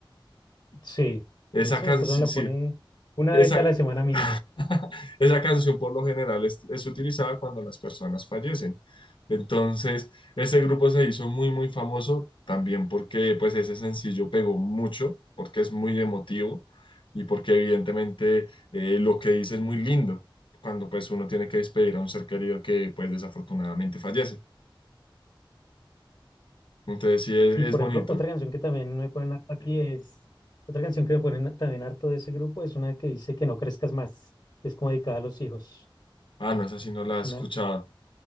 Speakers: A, on the left; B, on the left.
A: Sí,
B: Esa
A: eso
B: canción,
A: mi esposa
B: sí,
A: me la
B: sí,
A: pone una
B: esa,
A: vez a la semana mínimo.
B: <laughs> Esa canción por lo general es, es utilizada cuando las personas fallecen. Entonces, ese grupo se hizo muy, muy famoso también porque pues ese sencillo pegó mucho, porque es muy emotivo y porque evidentemente eh, lo que dice es muy lindo cuando pues uno tiene que despedir a un ser querido que pues desafortunadamente fallece. Entonces, sí, es,
A: Sí,
B: es
A: por
B: bonito.
A: ejemplo, otra canción que también me ponen harto aquí es, otra canción que me ponen también harto de ese grupo es una que dice que no crezcas más, que es como dedicada a los hijos.
B: Ah, no, esa sí no la he escuchado.
A: Una